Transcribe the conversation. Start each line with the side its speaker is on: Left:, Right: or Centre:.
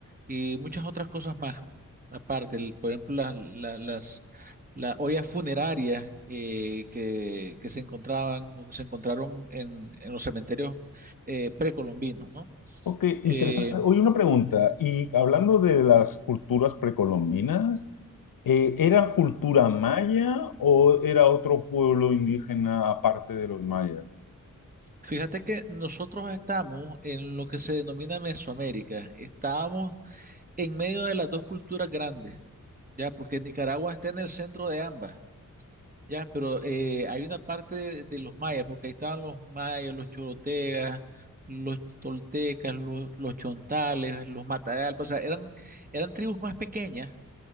Right: y muchas otras cosas más. Aparte, el- por ejemplo, las, la- las, las ollas funerarias eh, que, que se encontraban o que se encontraron en, en los cementerios eh, precolombinos, ¿no?
Left: ok,
Right: Eh,
Left: interesante. Oye, una pregunta. Y hablando de las culturas precolombinas. Eh, ¿era cultura maya o era otro pueblo indígena aparte de los mayas?
Right: Fíjate que nosotros estamos en lo que se denomina Mesoamérica. Estábamos en medio de las dos culturas grandes, ya, porque Nicaragua está en el centro de ambas, ya, pero eh, hay una parte de, de los mayas, porque ahí estaban los mayas, los chorotegas, los toltecas, los, los chontales, los matagalpas, o sea, eran, eran tribus más pequeñas,